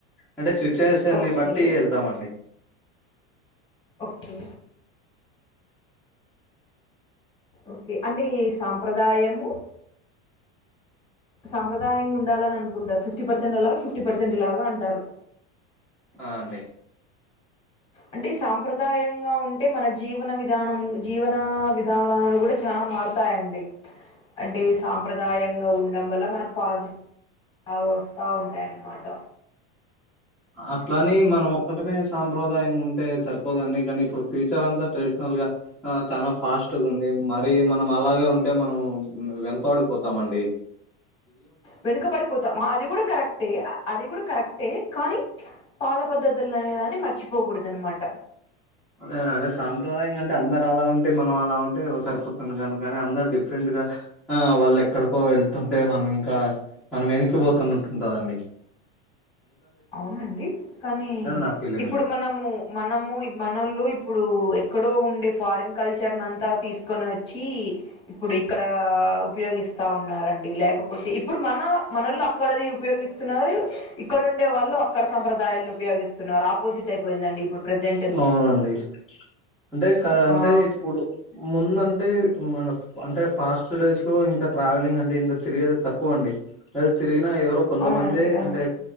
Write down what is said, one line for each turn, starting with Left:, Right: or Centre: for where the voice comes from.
Centre: అంటే స్విచ్ సిట్యువేషన్
Left: ఓకే
Centre: నీ బట్టి వెళతాం అండి
Left: ఓకే ఓకే అంటే ఏ సాంప్రదాయము సంప్రదాయం గు ఉండాలని అనుకుంటారు ఫిఫ్టీ పర్స్ జనరల్ గా ఫిఫ్టీ పర్సెంట్ ఇలాగ అంటారు
Centre: ఆ అండి
Left: అంటే సంప్రదాయంగా ఉంటే మన జీవన విధానం జీవన విధానాలు కూడా చాల మారుతాయండి అంటే సంప్రదాయంగా ఉండడం వల్ల మనకు పాజిటివ్ బా వస్తా ఉంటాయి అన్నమాట
Centre: అట్ల అని మనం ఒక్కటమే సంప్రదాయం గా ఉంటే సరిపోదండి కానీ ఇప్పుడు ఫ్యూచర్ అంతా ట్రెడిషనల్ గా ఆ చాలా ఫాస్ట్ గా ఉంది మ మరి మనం అలాగే ఉంటే మనం వెనకబడిపోతాము అండి
Left: వెనుకబడిపోతాం అది కూడా కరెక్టే అది కూడా కరెక్టే కానీ పాత పద్ధతులు అనేదాన్ని మర్చిపోకూడదు అన్నమాట
Centre: అదేనండి సాంప్రదాయం గా అంటే అందరు అలా ఉంటే మనం అలా ఉంటే సరిపోతం కానీ కాని అందరు డిఫరెంట్ గా ఆ వాళ్ళు ఎక్కడికో వెళ్తుంటే మనం ఇంకా మనం వెనక్కిపోతున్నాం ఉంటది అండి
Left: అవునండి కానీ
Centre: నా ఫీలింగ్
Left: ఇప్పుడు
Centre: అండి
Left: మనము మనము మనోళ్లు ఇప్పుడు ఎక్కడో ఉండే ఫారిన్ కల్చర్ ని అంతా తీసుకొని వచ్చి ఇప్పుడు ఇక్కడ ఉపయోగిస్తా ఉన్నారండి లేకపోతే ఇప్పుడు మన మనోళ్లు అక్కడది ఉపయోగిస్త స్తున్నారు ఇక్కడ ఉ ఉండే వాళ్ళు అక్కడ సంప్రదాయాలు ఉపయోగిస్తున్నారు ఆపోజిట్ అయిపోయిందండి ఇప్పుడు ప్రజెంట్
Centre: అవునండి అంటే క అంటే
Left: ఆ
Centre: ఇప్పుడు ముందంటే ఊ మన అంటే పాస్ట్ డేస్ లో ఇంత ట్రావెలింగ్ అండి ఇంత తిరిగేది తక్కువ అండి తిరిగినా ఎవరో కొంతమందే
Left: అవునండి అవును
Centre: అంటే